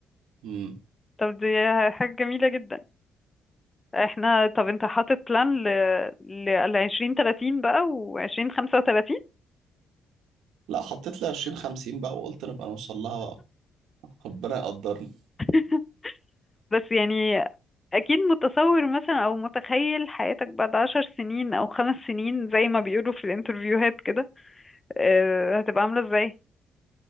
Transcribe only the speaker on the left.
طب دي حاجة جميلة جدا احنا طب انت حاطط بلان ل لل 2030 بقى و20 35
<laughs> بس يعني اكيد متصور مثلا او متخيل حياتك بعد عشر سنين او خمس سنين زي ما بيقولوا في الانترفيوهات آه، هتبقى عاملة ازاي